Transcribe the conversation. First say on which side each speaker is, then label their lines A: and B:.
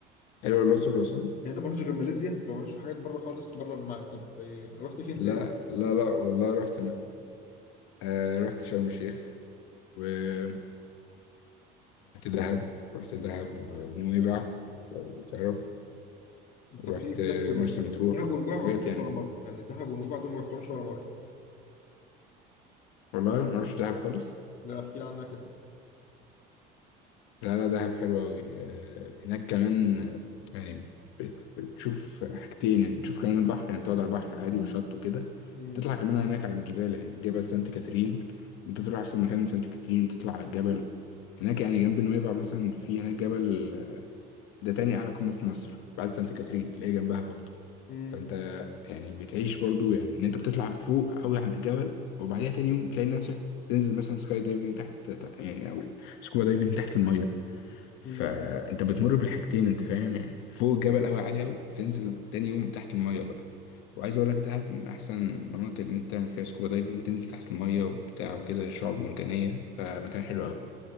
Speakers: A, on the left (about 80°); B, on the left (about 45°).
A: حلوه
B: طب
A: الاقصر
B: يعني
A: واسوان
B: انت ما رحتش غير ماليزيا فما رحتش حاجات بره خالص بره ما طب إيه، رحت فين
A: لا
B: تاني؟
A: لا لا والله رحت م... آه رحت شرم الشيخ ورحت دهب رحت دهب ونويبع لو تعرف ورحت
B: طب في إيه في دهب ونويبع
A: مرسى مطروح
B: دهب ونويبع ما
A: حاجات
B: رحتهمش
A: يعني
B: ولا
A: كده
B: مره يعني دهب ونويبع دول ما رحتهمش ولا مره
A: والله ما رحتش دهب خالص
B: لا احكي لي عنها كده
A: لا لا دهب حلو أوي آه، هناك كمان آه، يعني بت- بتشوف حاجتين يعني بتشوف كمان البحر يعني بتقعد على البحر عادي والشط وكده
B: امم
A: تطلع كمان هناك على الجبال يعني جبل سانت كاترين انت تروح اصلا مكان سانت كاترين وتطلع على الجبل هناك يعني جنب نويبع مثلا في هناك جبل آه، ده تاني أعلى قمة في مصر بعد سانت كاترين اللي هي جنبها برضه
B: امم
A: فانت يعني بتعيش برضه يعني ان انت بتطلع فوق قوي عند الجبل وبعديها تاني يوم تلاقي نفسك تنزل مثلا سكاي دايفنج تحت تحت- يعني او سكوبا دايفنج تحت المية فانت
B: امم
A: بتمر بالحاجتين انت فاهم يعني فوق الجبل قوي عالي قوي وتنزل تاني يوم تحت الميه بقى وعايز اقول لك دهب من احسن المناطق اللي انت تعمل فيها سكوبا دايفنج تنزل تحت الميه وبتاع وكده شعاب مرجانيه فمكان حلو قوي